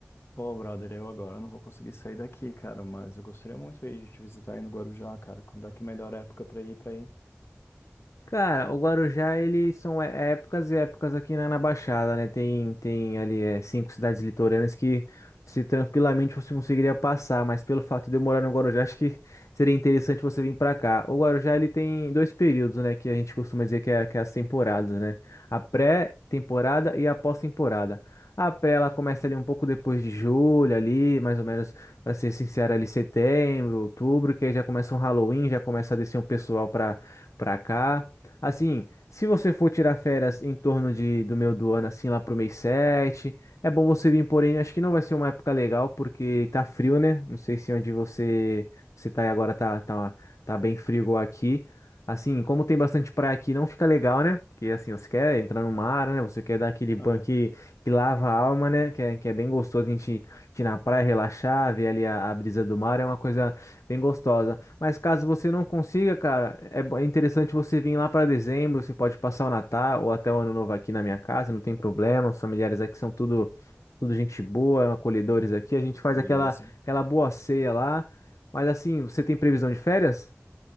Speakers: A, on the left; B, on the left.
A: pô, brother, eu agora não vou conseguir sair daqui, cara, mas eu gostaria muito aí de te visitar aí no Guarujá, cara. Quando é que é a melhor época pra ir pra aí?
B: Cara, o Guarujá, eles são é- épocas e épocas aqui na, na Baixada, né? Tem, tem ali é, cinco cidades litorâneas que se tranquilamente você conseguiria passar, mas pelo fato de eu morar no Guarujá, acho que <laughs> seria interessante você vir pra cá. O Guarujá, ele tem dois períodos, né? Que a gente costuma dizer que é, que é as temporadas, né? A pré-temporada e a pós-temporada. A pré, ela começa ali um pouco depois de julho, ali, mais ou menos, pra ser sincero, ali setembro, outubro, que aí já começa um Halloween, já começa a descer um pessoal pra, pra cá. Assim, se você for tirar férias em torno de, do meio do ano, assim, lá pro mês 7 é bom você vir, porém, acho que não vai ser uma época legal, porque tá frio, né? Não sei se onde você, você tá aí agora tá, tá, tá bem frio igual aqui. Assim, como tem bastante praia aqui, não fica legal, né? Porque, assim, você quer entrar no mar, né? Você quer dar aquele banho
A: Aham.
B: que, que lava a alma, né? Que é, que é bem gostoso a gente, gente ir na praia, relaxar, ver ali a, a brisa do mar, é uma coisa bem gostosa. Mas caso você não consiga, cara, é bo- é interessante você vir lá para dezembro. Você pode passar o Natal ou até o Ano Novo aqui na minha casa, não tem problema. Os familiares aqui são tudo, tudo gente boa, acolhedores aqui. A gente faz
A: Beleza.
B: aquela, aquela boa ceia lá. Mas assim, você tem previsão de férias?